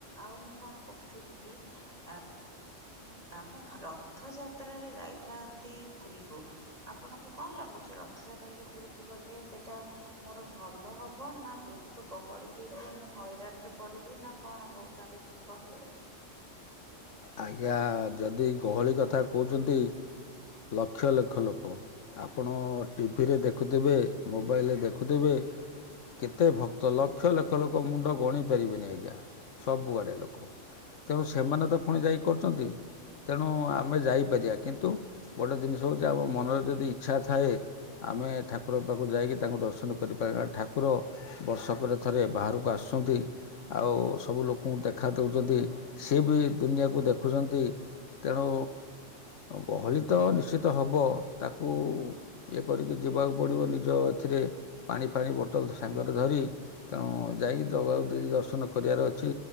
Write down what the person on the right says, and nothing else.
ଆଉ ମୁଁ କଣ କହୁଥିଲି କି ଆ ଆମ ରଥ ଯାତ୍ରାରେ ଯାଇଥାନ୍ତି ପୁରୀକୁ ଆପଣଙ୍କୁ କଣ ଲାଗୁଛି ରଥଯାତ୍ରାରେ ପୁରୀକୁ ଗଲେ ସେଇଟା ମୋର ଭଲ ହବ ନା ବହୁତ ଗହଳି ହେଇଥିବ ମୁଁ ହଇରାଣ ରେ ପଡିବି ନା କଣ କହୁଛନ୍ତି ଟିକେ କହିବେ